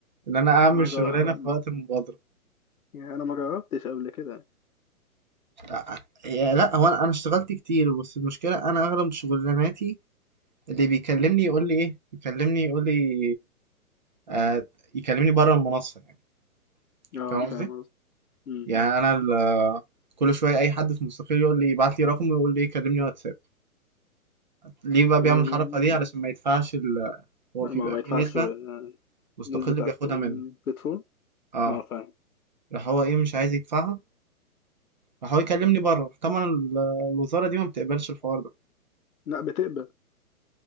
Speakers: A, on the right; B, on the left.
A: ان انا اعمل
B: ما
A: شغلانه
B: جا...
A: في وقت المبادره
B: يعني أنا ما جربتش قبل كده
A: لا يا- لا، هو انا انا اشتغلت كتير بس المشكله انا اغلب شغلاناتي اللي بيكلمني يقول لي ايه يكلمني يقول لي آه يكلمني بره المنصه يعني
B: اه
A: فاهم
B: فاهم
A: قصدي
B: قصدي أمم.
A: يعني انا ال- كل شويه اي حد في مستقل يقول لي يبعت لي رقم ويقول لي كلمني واتساب ليه بقى
B: يعني
A: بيعمل الحركه دي علشان ما يدفعش ال... هو
B: لا،
A: بيبقى
B: ما ما
A: في
B: يدفعش
A: نسبه
B: آه،
A: مستقل
B: النسبة بتاعت
A: بياخدها
B: البلاتفورم
A: منه اه
B: اه فاهم
A: راح هو ايه مش عايز يدفعها راح هو يكلمني بره راح طبعا ال- الوزاره دي ما بتقبلش الحوار ده
B: لا بتقبل